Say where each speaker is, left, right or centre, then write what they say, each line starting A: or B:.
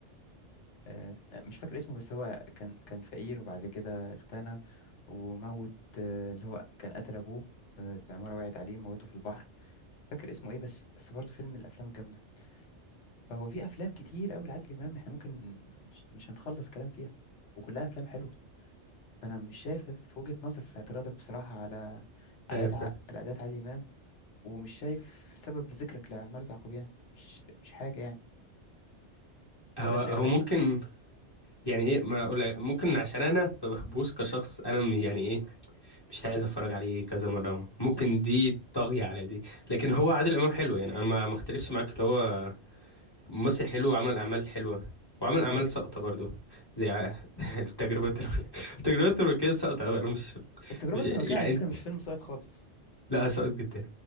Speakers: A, on the left; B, on the left.
A: آه، مش فاكر اسمه بس هو كان كان فقير وبعد كده اغتنى وموت آه، اللي هو كان قتل أبوه آه، العمارة وقعت عليه موته في البحر فاكر اسمه إيه بس بس برضه فيلم من الأفلام الجامدة فهو في أفلام كتير أوي لعادل إمام إحنا ممكن مش مش هنخلص كلام فيها وكلها أفلام حلوة فأنا مش شايف في وجهة نظر في اعتراضك بصراحة على على
B: عارف
A: أدع-
B: ده.
A: على أداء عادل إمام ومش شايف سبب لذكرك لعمارة يعقوبيان مش مش حاجة يعني
B: هو
A: ولا أنت إيه
B: هو
A: رأيك؟
B: ممكن يعني ايه ما أنا اقول لك ممكن عشان انا ما بحبوش كشخص انا من يعني ايه مش عايز اتفرج عليه كذا مره ممكن دي طاغيه على دي لكن هو عادل امام حلو يعني انا ما ما اختلفش معاك اللي هو ممثل حلو وعمل اعمال حلوه وعمل اعمال
A: أه
B: ساقطه برضو زي ع- <laughs> التجربه الدنماركيه التجربة التركية ساقطة أوي أنا مش
A: التجربة
B: مش
A: الدنماركية
B: يعني
A: على فكرة
B: انت
A: مش فيلم ساقط خالص
B: لا سقط جدا